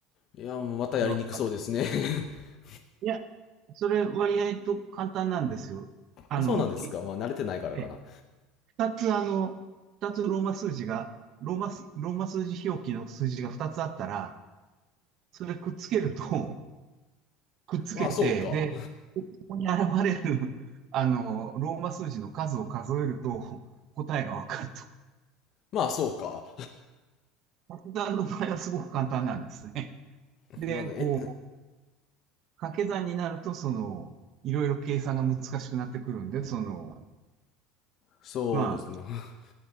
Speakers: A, on the left; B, on the right.
A: いや、またやりにくそうですね。
B: ヨーロッパで。
A: <laughs>
B: いや、それ割合と簡単なんですよ。あの、
A: あそうなんですか。
B: 結局、
A: まあ、慣れてないからかな。
B: え二つあの、二つローマ数字が、ローマす、ローマ数字表記の数字が二つあったら、それくっつけると、くっつけて、
A: まあ、そうか。
B: で、ここに現れる、あの、ローマ数字の数を数えると、答えがわかると。
A: まあ、そうか。
B: 掛け算の場合はすごく簡単なんですね。
A: <laughs>
B: で、
A: まあ、
B: こ
A: え、
B: う、掛け算になると、その、いろいろ計算が難しくなってくるんで、その、
A: そうですね。
B: まあ、
A: <laughs>